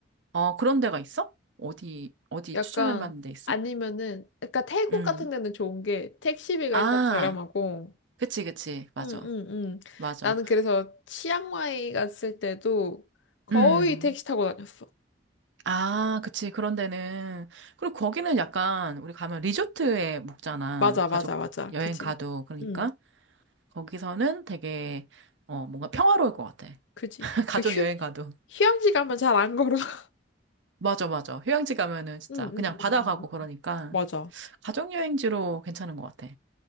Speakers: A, on the right (about 75°); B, on the left (about 80°).
A: 어, 그런 데가 있어? 어디, 어디
B: 약간,
A: 추천할 만한 데 있어?
B: 아니면은, 그러니까 태국
A: 음.
B: 같은 데는 좋은 게 택시비가
A: 아,
B: 일단 저렴하고,
A: 그치, 그치. 맞아.
B: 응응응.
A: 맞아.
B: 나는 그래서 치앙마이 갔을 때도 거의
A: 음.
B: 택시 타고 다녔어.
A: 아, 그치. 그런 데는. 그리고 거기는 약간, 우리 가면 리조트에 묵잖아.
B: 맞아, 맞아,
A: 가족
B: 맞아.
A: 여행
B: 그지?
A: 가도. 그러니까.
B: 응,
A: 거기서는 되게, 어, 뭔가 평화로울 것 같아.
B: 그지.
A: <laughs>
B: 그리고
A: 가족
B: 휴,
A: 여행 가도.
B: 휴양지 가면 잘 안 걸어. <laughs>
A: 맞아, 맞아. 휴양지 가면은 진짜
B: 응응응응.
A: 그냥 바다
B: 응 응,
A: 가고
B: 응.
A: 그러니까.
B: 응. 맞아.
A: 가족 여행지로 괜찮은 것 같아.